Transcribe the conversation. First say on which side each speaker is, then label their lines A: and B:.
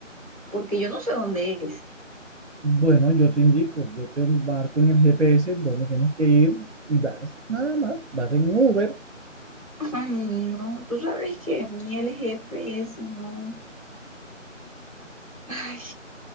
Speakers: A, on the right; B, on the right.
A: porque yo no sé dónde es.
B: Bueno, yo te indico, yo te marco en el GPS dónde tienes que ir y vas, nada más, vas en Uber,
A: Ay, no, tú sabes que a mí el G P S no. Ay.